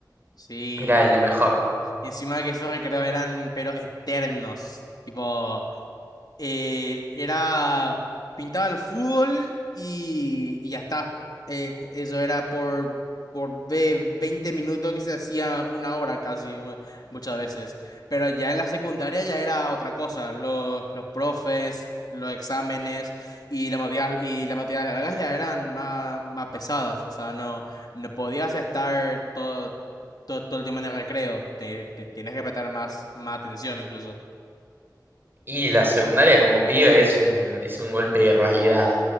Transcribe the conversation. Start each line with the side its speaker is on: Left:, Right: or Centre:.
Left: sí.
Right: Era lo mejor.
Left: y Encima que esos recreos eran, pero eternos. Tipo, eh, era, pintaba el fútbol y, y ya está. Eh, eso era por, por ve- 20 minutos que se hacía una hora casi, mu- muchas veces. Pero ya en la secundaria ya era otra cosa. Los, los profes, los exámenes y las materias, y las materias largas ya eran más, más pesadas. O sea, no, no podías estar todo, todo, todo el tiempo en el recreo. Te, te tienes que prestar más, más atención incluso.
Right: Y la secundaria como pibe es un, es un golpe de realidad.